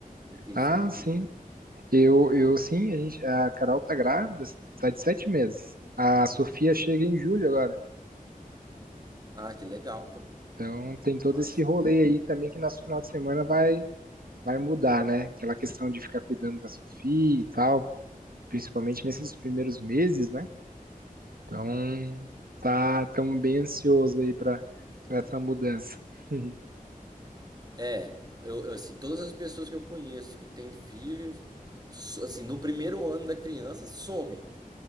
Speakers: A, on the right; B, on the right.
A: de ter
B: Ah,
A: filhos.
B: sim. Eu, eu sim, a gente, a Carol tá grávida, tá de sete meses. A Sofia chega em julho agora.
A: Ah, que legal, pô.
B: Então tem todo
A: Massa.
B: esse rolê aí também que nosso final de semana vai, vai mudar, né? Aquela questão de ficar cuidando da Sofia e tal, principalmente nesses primeiros meses, né? Então tá tão bem ansioso aí para essa mudança. <laughs>
A: É, eu, eu, assim, todas as pessoas que eu conheço que têm filhos, so- assim, no primeiro ano da criança somem,